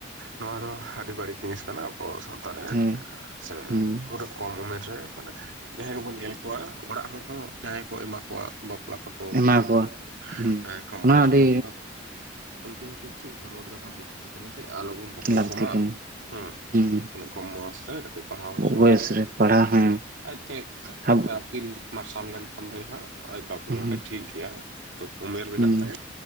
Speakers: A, on the right; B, on the right.
A: ᱱᱚᱣᱟ ᱫᱚ ᱟᱹᱰᱤ ᱵᱟᱹᱲᱤᱡ ᱡᱤᱱᱤᱥ ᱠᱟᱱᱟ ᱠᱚ ᱥᱟᱶᱛᱟ ᱨᱮ
B: ᱦᱳᱭ
A: ᱥᱮ
B: ᱦᱩᱸ
A: ᱩᱰᱩᱠ ᱠᱚᱢ ᱩᱢᱮᱨ ᱨᱮ ᱢᱟᱱᱮ ᱡᱟᱦᱟᱸᱭ ᱠᱚᱵᱚᱱ ᱧᱮᱞ ᱠᱚᱣᱟ ᱚᱲᱟᱜ ᱦᱚᱲ ᱦᱚᱸ ᱡᱟᱦᱟᱸᱟᱭ ᱠᱚ ᱮᱢᱟ ᱠᱚᱣᱟ ᱵᱟᱯᱞᱟ ᱠᱟᱠᱚᱣᱟᱠᱚᱱᱟᱜ
B: ᱮᱢᱟ ᱠᱚᱣᱟ ᱦᱩᱸ
A: ᱮᱸ ᱠᱚᱢ
B: ᱚᱱᱟ
A: ᱩᱢᱮᱨ
B: ᱟᱹᱰᱤ
A: ᱨᱮᱠᱚ ᱵᱟᱯᱞᱟ ᱩᱱᱠᱩ ᱦᱚᱸ ᱠᱤᱱᱛᱩ ᱨᱚᱲ ᱫᱟᱨᱟᱢ ᱞᱟᱹᱠᱛᱤ ᱠᱟᱱᱟ ᱡᱮ ᱟᱞᱚᱵᱚᱱ ᱵᱟᱯᱞᱟ
B: ᱞᱟᱜᱛᱤ
A: ᱠᱚᱢᱟ
B: ᱠᱟᱱᱟ
A: ᱦᱮᱸ
B: ᱦᱩᱸ
A: ᱤᱱᱟᱹ ᱠᱚᱢ ᱵᱚᱭᱚᱥ ᱨᱮ ᱠᱟᱹᱴᱤᱡ ᱯᱟᱲᱦᱟᱣ ᱦᱚᱪᱚ
B: ᱵᱚᱭᱮᱥ ᱨᱮ ᱯᱟᱲᱦᱟᱣ ᱦᱮᱸ
A: ᱟᱡᱛᱮ
B: ᱟᱵᱚ
A: ᱟᱹᱯᱤᱞ ᱢᱟᱨᱥᱟᱞ ᱞᱮᱱᱠᱷᱟᱱ ᱫᱚᱭ ᱦᱟᱸᱜ ᱟᱡ ᱵᱟᱠᱚᱠᱷᱱ
B: ᱦᱩᱸ
A: ᱴᱷᱤᱠ ᱜᱮᱭᱟ ᱛᱚ ᱩᱢᱮᱨ ᱢᱮᱱᱟᱜ
B: ᱦᱩᱸ
A: ᱛᱟᱭᱟ